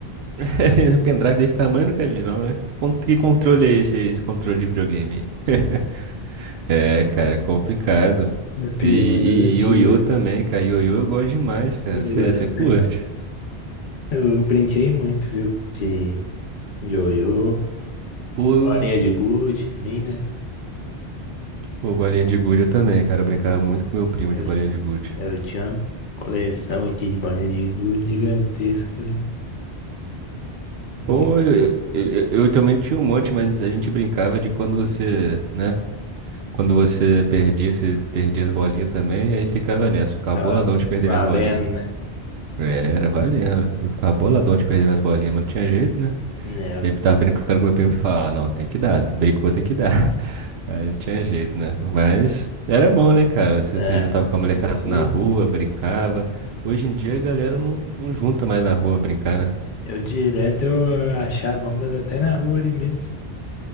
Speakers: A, on the right; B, on the left.
A: <laughs> Pendrive desse tamanho eu nunca vi, não, né? Con- Que controle é esse, aí, esse controle de videogame? <laughs> É, cara, complicado.
B: É peão,
A: E,
B: é das antigas.
A: e ioiô também, cara. Ioiô eu gosto demais, cara.
B: Ioiô
A: Você
B: era mais
A: curte?
B: legal. Eu, eu brinquei muito, viu? De ioiô.
A: Pô,
B: Bolinha de gude também, né?
A: pô, bolinha de gude eu também, cara. Eu brincava muito com meu primo
B: Eu,
A: de bolinha de gude.
B: eu tinha uma coleção aqui de bolinha de gude gigantesca, velho.
A: Pô,
B: de
A: eu, eu, eu- eu também tinha um monte, mas a gente brincava de quando você, né? Quando você perdia, você perdia as bolinhas também, aí ficava nessa, ficava
B: ficava
A: boladão de perder
B: valendo,
A: minhas bolinhas.
B: né?
A: Era, valia. Eu ficava boladão de perder minhas bolinhas, mas não tinha jeito, né?
B: Né,
A: E aí eu tava brincando com meu primo e falava, ah, não, tem que dar, brincou, tem que dar. <laughs> Aí não tinha jeito, né? Mas era bom, né, cara? Você
B: É,
A: se juntava
B: é
A: com a molecada
B: divertido.
A: na rua, brincava. Hoje em dia a galera não, não junta mais na rua brincar, né?
B: Eu direto eu achava umas até na rua ali mesmo,